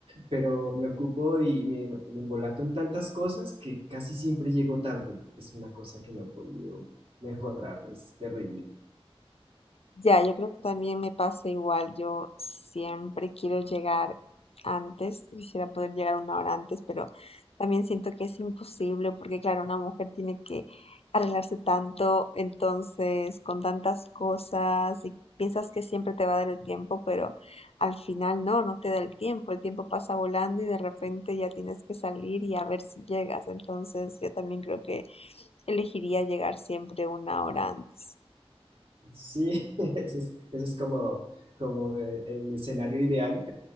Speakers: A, on the right; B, on the left.
A: pero me ocupo y me, me embolato en tantas cosas que casi siempre llego tarde. Es una cosa que no he podido mejorar, es terrible.
B: Ya, yo creo que también me pasa igual. Yo siempre quiero llegar antes, quisiera poder llegar una hora antes, pero también siento que es imposible porque, claro, una mujer tiene que arreglarse tanto, entonces, con tantas cosas y piensas que siempre te va a dar el tiempo, pero al final no, no te da el tiempo. El tiempo pasa volando y de repente ya tienes que salir y a ver si llegas. Entonces, yo también creo que elegiría llegar siempre una hora antes.
A: Sí, <laughs> eso es, eso es como, como eh, el escenario ideal.